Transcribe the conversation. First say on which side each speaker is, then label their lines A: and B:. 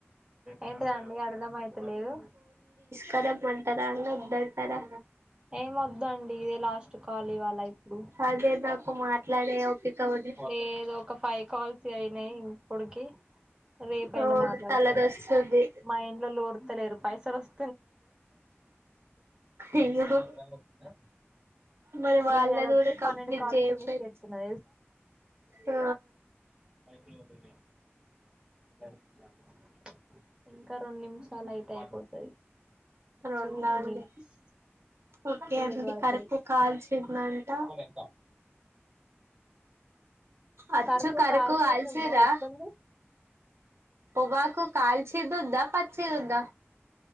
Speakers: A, on the right (about 20°); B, on the right (about 70°).
A: ఏంటిదండి అరదమైత్ లేదు
B: కరమ్ మంటారండి ఓద్దాంటరా
A: ఏం ఓద్దండి ఇదే లాస్ట్ చు కాల్ లీవాల ఇపుడ్
B: అదే నాకు మాట్లాడే ఓపిక ఉంది
A: ఏ ఇదో ఒక్క ఫై కల్స్ కైనయ్ ఇపుడ్ కి రేపయిన
B: అవును
A: మాట్లాడ్
B: తలనొస్తుంది
A: కోచ్ మా ఇంట్లోలోల్ ఓర్ తలేదు పైసల్ స్
B: అయియెహో
A: మీ మొఖం ఇయ్యాల వచ్చిందా
B: మరే వాళ్ళగుడా
A: నేను ఇయాల వచ్చి
B: కాంప్లిట్
A: పన్నెండు కాళ్ళు
B: జేయపెర్
A: ఫినిష్ చేస్తున్నా
B: ఆ
A: సాయకిలు వ <inaudible> ఇంకా రొన్ నిమ్షాలైతే అయిపోతది.
B: సరే
A: టూ
B: ఉంట్ నాండి
A: మినిట్స్
B: ఓకే
A: సీరియల్
B: అండి
A: పడతది
B: కరకు కాల్చిందంట.
A: ఫోన్ ఎంత
B: అచ్చు
A: కరుకు
B: కరి
A: కాల్సింది
B: కు ఆల్చిర్రా
A: ఉందా ఎట్లుంది
B: పొగాకు కాల్చి దుద్ద ప చ్చిదుందా